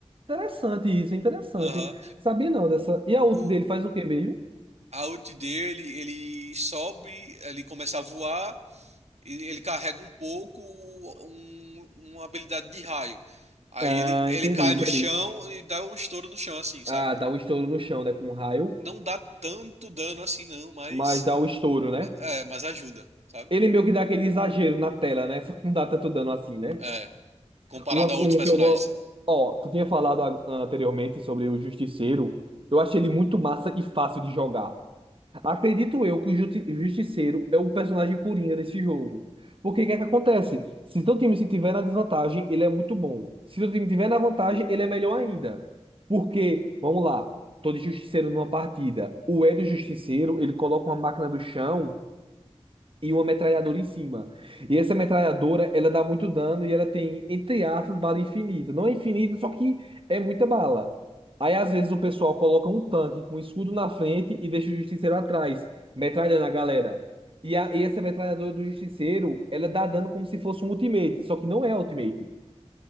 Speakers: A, on the right (about 50°); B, on the right (about 75°).
A: Interessante isso, é interessante.
B: aham.
A: Sabia não dessa. E a ult
B: O
A: dele faz o quê mesmo?
B: A ult dele, ele sobe, ele começa a voar, e ele carrega um pouco um- uma habilidade de raio. Aí
A: Ah,
B: ele, ele
A: entendi,
B: cai
A: entendi.
B: no chão e dá um estouro no chão, assim, sabe?
A: Ah, dá um estouro no chão, né? Com um raio,
B: Não dá tanto dano assim, não, mas.
A: mas dá o estouro, né?
B: É, mas ajuda, sabe?
A: Ele meio que dá aquele exagero na tela, né? Só que não dá tanto dano assim, né?
B: É, comparado
A: Uma,
B: a outros
A: um
B: personagens.
A: que eu gosto. Ó, tu tinha falado a- anteriormente sobre o Justiceiro. Eu achei ele muito massa e fácil de jogar. Acredito eu que o Justi- o Justiceiro é o personagem coringa desse jogo. Porque o que é que acontece? Se teu time se tiver na desvantagem, ele é muito bom. Se teu time tiver na vantagem, ele é melhor ainda. Porque, vamos lá, tô de Justiceiro numa partida. O Hélio Justiceiro, ele coloca uma máquina do chão e uma metralhadora em cima. E essa metralhadora, ela dá muito dano e ela tem, entre aspas, bala infinita. Não é infinita, só que é muita bala. Aí, às vezes, o pessoal coloca um tanque com um escudo na frente e deixa o justiceiro atrás, metralhando a galera. E, a, e essa metralhadora do justiceiro, ela dá dano como se fosse um ultimate, só que não é ultimate.